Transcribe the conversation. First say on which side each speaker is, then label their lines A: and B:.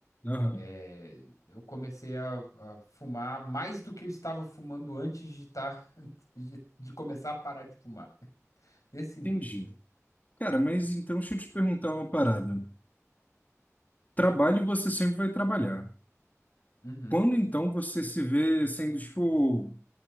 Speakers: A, on the left; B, on the left.
A: aham,
B: É, Eu comecei a, a fumar mais do que eu estava fumando antes de, tá, <laughs> de, de começar a parar de fumar. Desse nível.
A: entendi. Cara, mas então deixa eu te perguntar uma parada. Trabalho você sempre vai trabalhar.
B: Uhum,
A: Quando então você se vê sendo, tipo,